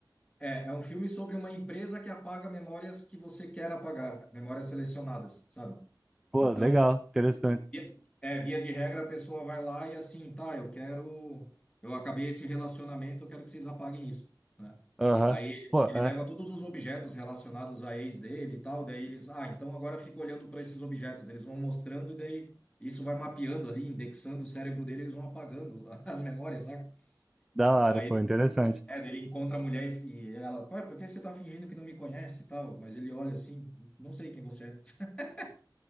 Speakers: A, on the left; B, in the centre.
A: é, é um filme sobre uma empresa que apaga memórias que você quer apagar, memórias selecionadas, sabe?
B: Pô,
A: Então,
B: legal, interessante.
A: Via- É, via de regra, a pessoa vai lá e assim, tá, eu quero, eu acabei esse relacionamento, eu quero que vocês apaguem isso, né?
B: Aham.
A: Aí
B: Pô,
A: ele
B: é,
A: leva todos os objetos relacionados à ex dele e tal, daí eles, ah, então agora fica olhando para esses objetos, eles vão mostrando e daí isso vai mapeando ali, indexando o cérebro dele, eles vão apagando <laughs> as memórias, saca?
B: da hora,
A: Aí
B: pô, interessante.
A: é, daí ele encontra a mulher e, e ela, ué, por que você tá fingindo que não me conhece e tal? Mas ele olha assim, não sei quem você é.